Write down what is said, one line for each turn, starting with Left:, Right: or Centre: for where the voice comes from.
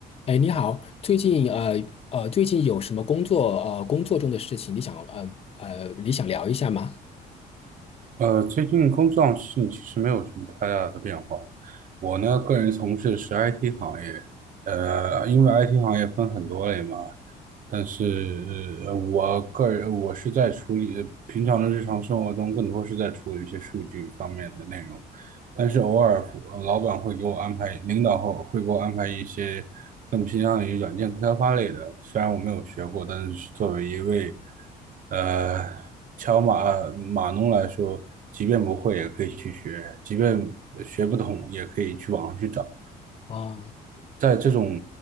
Left: 哎，你好，最近呃呃，最近有什么工作呃工作中的事情，你想呃呃，你想聊一下吗？
Right: 呃，最近工作上是其实没有什么太大的变化。我呢，个人从事的是 IT 行业，呃，因为 IT 行业分很多类嘛，但是呃我个人我是在处理平常的日常生活中，更多是在处理一些数据方面的内容。但是偶尔呃老板会给我安排，领导后会给我安排一些更偏向于软件开发类的。虽然我没有学过，但是作为一位呃敲码码农来说，即便不会也可以去学，即便学不懂也可以去网上去找。
Left: 啊，
Right: 在这种